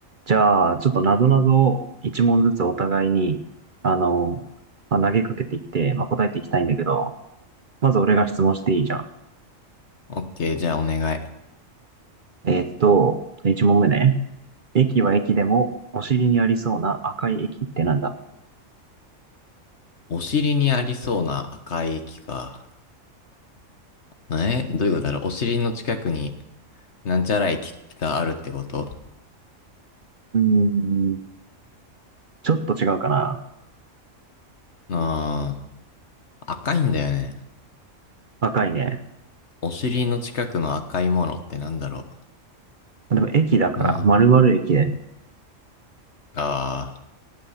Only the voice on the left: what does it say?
オッケー、じゃあお願い。
お尻にありそうな赤い液か。えどういうことだろうお尻の近くになんちゃら液があるってこと
ああ赤いんだよね。
お、お尻の近くの赤いものってなんだろ
ううん。
ああ、